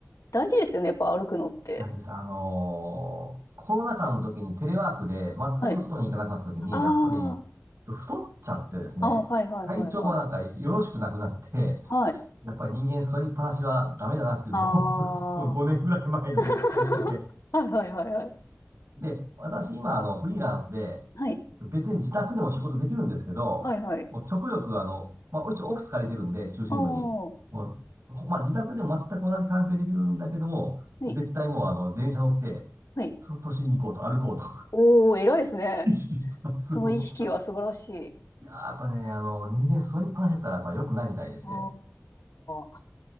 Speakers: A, on the left; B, on the right.
A: 大事ですよね。やっぱ歩くのって。
B: 大事です。あのーコロナ禍の時にテレワークで全く外に行かなくなった時に、
A: はい。あ
B: やっぱり太っちゃってですね、
A: あ、ああ、はいはいはいはい。
B: 体調もなんかよろしくなくなって、
A: はい。
B: やっぱり人間座りっぱなしはダメだなっていうの
A: あ
B: を <laughs> 5年ぐらい前に実感して、
A: あ、<laughs> はいはいはいはい。
B: で、私今あのフリーランスで、
A: はい。
B: 別に自宅でも仕事できるんですけど、
A: はいはい。
B: もう極力あの、まあ、一応オフィス借りてるんで、中心部に。
A: ああ、は
B: もう、ほまあ、自宅でも全く同じ環境でできるんだけども、
A: い。
B: 絶対もうあの、電車乗って、
A: はい。
B: と都心に行こうと、歩こうと
A: おー、偉いですね。
B: <laughs> 意識してます。
A: その意識は素晴らしい。
B: もういやー、やっぱね、あの、人間座りっぱなしだったらやっぱ良くないみたいでして。
A: ああ、